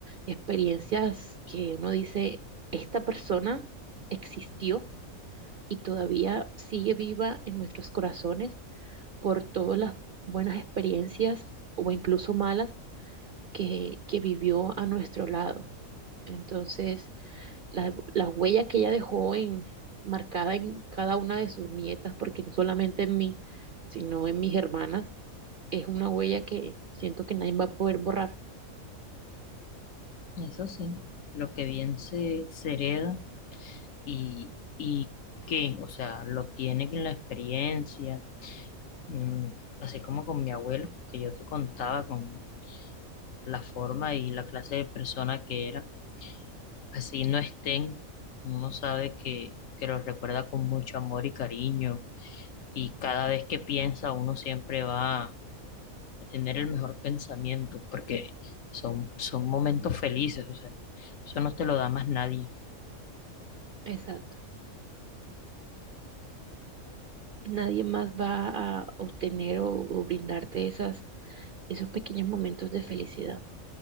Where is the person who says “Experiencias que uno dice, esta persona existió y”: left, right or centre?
Right